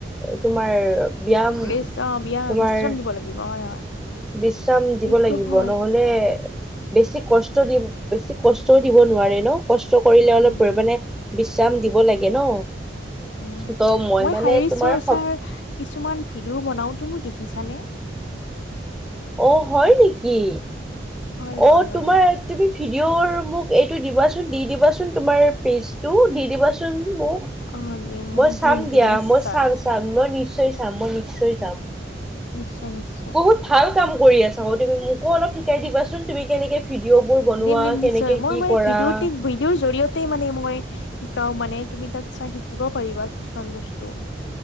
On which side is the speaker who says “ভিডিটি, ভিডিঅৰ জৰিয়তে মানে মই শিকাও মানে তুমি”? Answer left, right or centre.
Left